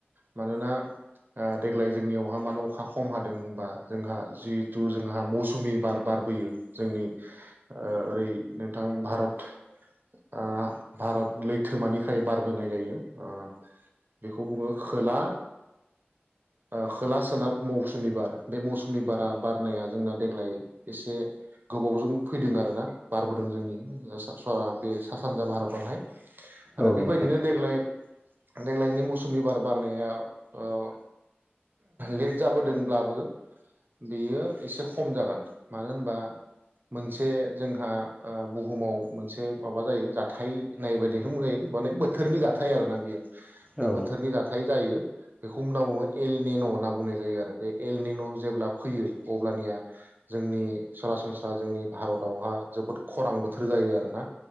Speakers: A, on the right; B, in the centre.
A: मानोना ओ देग्लाय जोंनियावहा मानो अखा खम हादों होनबा जोंहा जिहेथु जोंहा मौसुमि बार बारबोयो जोंनि ओ ओरै नोंथां भारत आ भारत लैथोमानिफ्राय बारबोनाय जायो। आ बेखौ बुंङो खोला ओ खोला सोनाब मौसुमि बार बे मौसुमि बारा बारनाया जोंना देग्लाय एसे गोबावजों फैदों आरोना बारबोदों जोंनि सा बे सा सानजा भारतावहाय आरो
B: औ
A: बेबायदिनो
B: नोंथां
A: देग्लाय देग्लायनि मौसुमबि बार बारनाया ओ लेट जाबोदोंब्लाबो बेयो एसे खम जागोन मानो होनबा मोनसे जोंहा ओ बुहुमाव मोनसे माबा जायो जाथाय नाय बदिखौजायो माने बोथोरनि जाथाय थाय आरो ना बियो। बे
B: औ
A: बोथोरनि जाथा थाय जायो बेखौ उननाव बुंङो एल नेन' होन्ना बुंनाय जायो आरो बे एलनेन' जेब्ला फैयो अब्लानिया जोंनि सरासनस्रा जोंनि भारतावहा जोबोद खरां बोथोर जायो आरोना